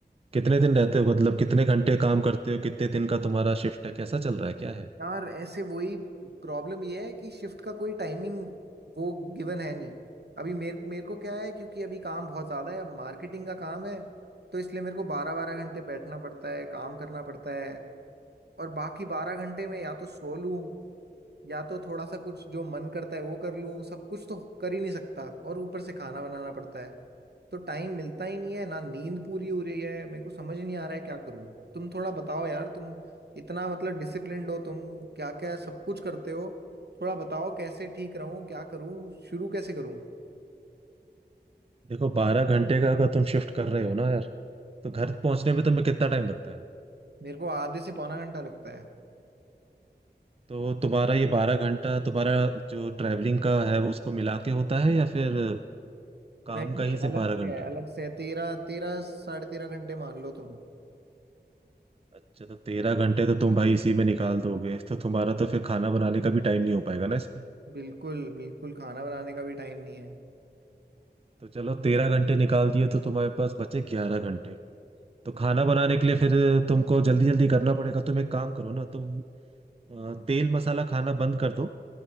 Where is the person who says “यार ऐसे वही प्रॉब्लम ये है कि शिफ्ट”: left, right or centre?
Right